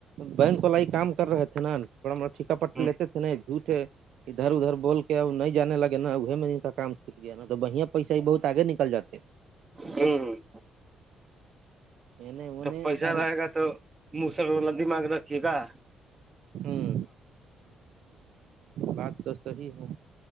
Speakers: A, on the right; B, on the right.
A: بینک کو لائ کام کر رہے تھ نا تھوڑا موڑا ٹھیکا پٹ
B: ہ
A: لیتے تھے جھوٹ ادھر ادھر بول کے ا نہیں جانے لگے نا اے میں کا چھوٹ گیا نا تو بڑیا پیسے بہت آگے نکل جات ہے
B: جی
A: ہیں انہیں
B: تو پیسہ
A: سر
B: رہے گا تو مسر والا دماغ رکھیے گا
A: ہوں بات تو صحیح ہے